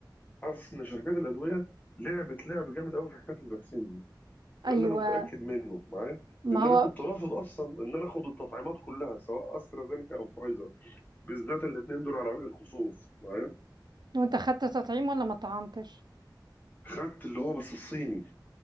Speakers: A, on the left (about 25°); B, on the right (about 70°).
A: حاسس ان شركات الادويه لعبت لعب جامد قوي في حكايه الفاكسين دي
B: أيوة
A: ده اللي انا متاكد منه معايا
B: ما
A: لان
B: هو
A: انا كنت رافض اصلا ان انا اخد التطعيمات كلها سواء استرازينيكا او فايزر بالذات الاثنين دول على وجه الخصوص معايا
B: وانت خدت تطعيم ولا ما طعمتش
A: خدت اللي هو بس الصيني